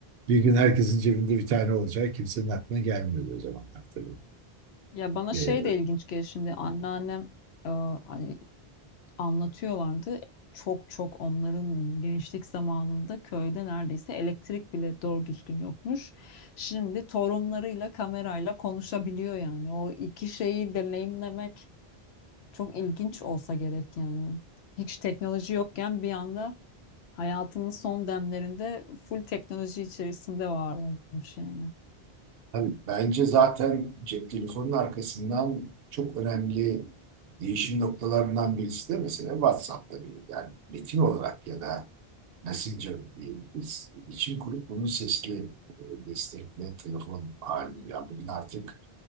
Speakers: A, on the right (about 70°); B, on the left (about 85°).
A: Bir gün herkesin cebinde bir tane olacak. Kimsenin aklına gelmiyordu o zamanlar tabii.
B: Ya bana
A: Ee,
B: şey de ilginç geliyor şimdi anneannem e, hani anlatıyorlardı. Çok çok onların gençlik zamanında köyde neredeyse elektrik bile doğru düzgün yokmuş. Şimdi torunlarıyla kamerayla konuşabiliyor yani. O iki şeyi deneyimlemek çok ilginç olsa gerek yani. Hiç teknoloji yokken bir anda hayatının son demlerinde full teknoloji içerisinde var olmuş yani.
A: Tabii bence zaten cep telefonunun arkasından çok önemli değişim noktalarından birisi de mesela WhatsApp tabii. Yani metin olarak ya da Messenger diyebiliriz. İçin kurup bunun sesli e, destekle telefon halini. Yani bugün artık